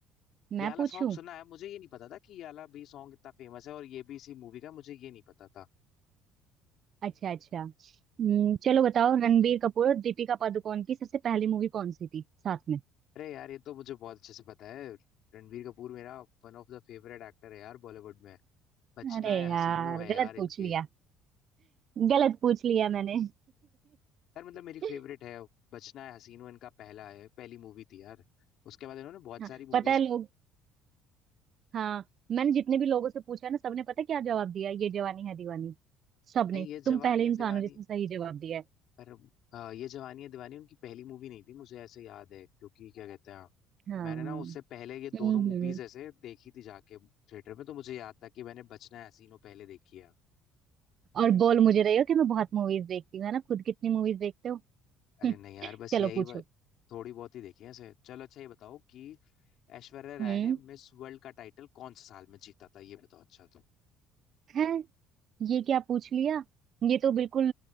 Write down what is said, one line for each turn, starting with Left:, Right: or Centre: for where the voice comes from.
Left: ये
Right: मैं
Left: वाला
Right: पूछूं
Left: सॉन्ग सुना है मुझे ये नहीं पता था कि ये वाला भी सॉन्ग इतना फेमस है और ये भी इसी मूवी का मुझे ये नहीं पता था
Right: अच्छा अच्छा हम्म, चलो बताओ रणबीर कपूर और दीपिका पादुकोण की सबसे पहली मूवी कौन सी थी साथ में
Left: अरे यार ये तो मुझे बहुत अच्छे से पता है रणबीर कपूर मेरा one of the favourite actor है यार बॉलीवुड में बचना
Right: अरे
Left: है
Right: यार
Left: हसीनो है यार
Right: गलत
Left: इनकी
Right: पूछ लिया गलत पूछ लिया मैंने
Left: यार मतलब
Right: <laughs>
Left: मेरी फेवरेट है बचना है हसीनो इनका पहला है पहली मूवी थी यार उसके बाद इन्होंने बहुत
Right: हाँ
Left: सारी मूवीज
Right: पता है लोग हाँ मैंने जितने भी लोगों से पूछा ना सबने पता है क्या जवाब दिया ये जवानी है दीवानी सबने
Left: नहीं ये
Right: तुम
Left: जवानी
Right: पहले
Left: है
Right: इंसान
Left: दीवानी
Right: हो जिसने सही जवाब दिया है
Left: पर अ, ये जवानी है दीवानी उनकी पहली मूवी नहीं थी मुझे ऐसे याद है क्योंकि क्या कहते हैं
Right: हाँ
Left: मैंने ना उससे पहले ये दोनों
Right: हम्म
Left: मूवीज
Right: हम्म।
Left: ऐसे देखी थी जाके थिएटर में तो मुझे याद था कि मैंने बचना है हसीनो पहले देखी है
Right: और बोल मुझे रही हो कि मैं बहुत मूवीज देखती हूँ है ना खुद कितनी मूवीज देखते हो
Left: अरे
Right: <laughs>
Left: नहीं यार बस
Right: चलो
Left: यही
Right: पूछो
Left: व- थोड़ी बहुत ही देखी है ऐसे चलो अच्छा ये बताओ कि ऐश्वर्या राय
Right: हम्म
Left: ने मिस वर्ल्ड का टाइटल कौन से साल में जीता था ये बताओ अच्छा तुम
Right: है ये क्या पूछ लिया ये तो बिल्कुल